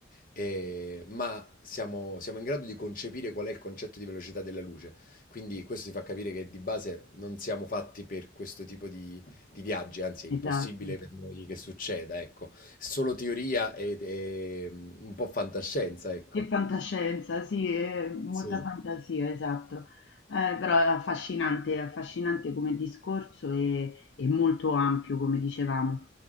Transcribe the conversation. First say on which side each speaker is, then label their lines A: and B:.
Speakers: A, on the left; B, on the left.
A: eh, ma siamo, siamo in grado di concepire qual è il concetto di velocità della luce. Quindi questo ti fa capire che di base non siamo fatti per questo tipo di, di viaggi, anzi è impossibile
B: Esatto.
A: per noi che succeda, ecco. Solo teoria e, e, mm, un po' fantascienza, ecco.
B: E fantascienza, sì, e molta
A: Sì.
B: fantasia, esatto. Eh, però è affascinante, è affascinante come discorso e e molto ampio, come dicevamo.